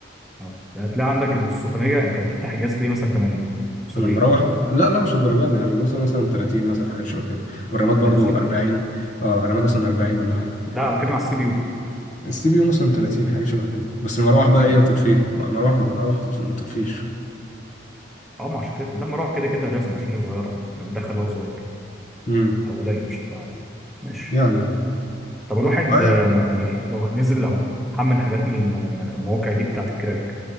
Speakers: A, in the centre; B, on the left.
A: اه ده هتلاقي عندك السخونيه انت بتفتح الجهاز ليه مثلا 80 70
B: انا مروح لا لا مش الدرجات دي يعني بوصل مثلا 30 مثلا حاجات شبه كده والرامات برضو
A: 30
B: 40 اه الرامات مثلا 40 ولا حاجه
A: لا أنا بتكلم على السي بي يو
B: السي بي يو مثلا 30 حاجه شبه كده بس المروح
A: 30
B: بقى ايه وتطفيه مروح مروح تطف- ما تطفيش
A: اه ما عشان كده لا مروحة كده كده لازم عشان هي صغيرة يعني بتدخل هو صغير
B: امم
A: أو قليل مش فاهم ماشي
B: يعني اه
A: طب الواحد
B: اه
A: آه، ما يعني لو نزل أو حمل حاجات من الم- الم- المواقع دي بتاعة الكراك